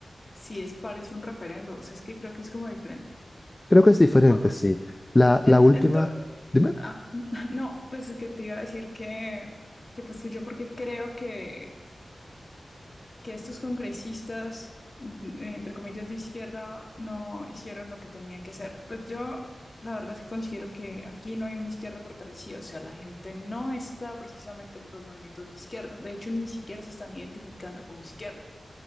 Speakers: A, on the left (about 40°); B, on the left (about 25°).
A: sí es, parece un referendo, o sea, es que creo que es como diferente.
B: Creo que es diferente,
A: Bueno,
B: sí. La,
A: en,
B: la última,
A: en to-
B: dime,
A: ah, <laughs> no, pues que te iba a decir que, que pues que yo porque creo que, que estos congresistas, mm, entre comillas, de izquierda, no hicieron lo que tenían que hacer. Pues yo, la verdad es que considero que aquí no hay una izquierda fortalecida, o sea, la gente no está precisamente por los movimientos de izquierda, de hecho, ni siquiera se están identificando como izquierda.